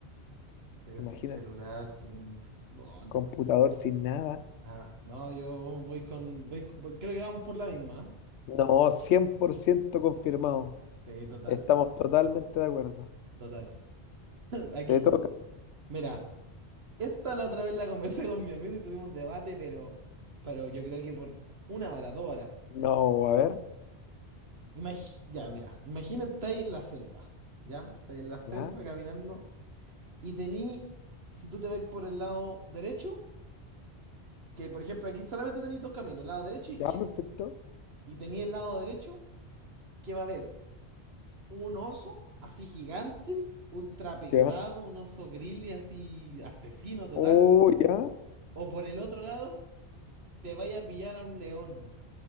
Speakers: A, on the right (about 65°); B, on the left (about 85°).
A: pero
B: imagínate,
A: sin celular, sin... No, no.
B: computador, sin nada.
A: Nada. no, yo voy con... voy- voy- creo que vamos por la misma.
B: No, 100% confirmado.
A: ¿eh? Sí, total,
B: Estamos totalmente de acuerdo.
A: total. <laughs> Aquí,
B: Te toca.
A: mira, esta la otra vez la conversé con mi amigo y tuvimos un debate, pero, pero yo creo que por una hora, dos horas.
B: No, a ver,
A: Imag- ya, mira, imagínate, estáis en la selva, ¿ya? Estáis en la selva
B: ya,
A: caminando y tení, si tú te vas por el lado derecho, que por ejemplo aquí solamente tenéis dos caminos, lado derecho e izquierdo,
B: ya, perfecto.
A: y tení el lado derecho que va a haber un oso así gigante, ultra pesado,
B: Ya.
A: un oso grizzly así asesino total,
B: Oh, ya.
A: o por el otro lado te vaya a pillar a un león,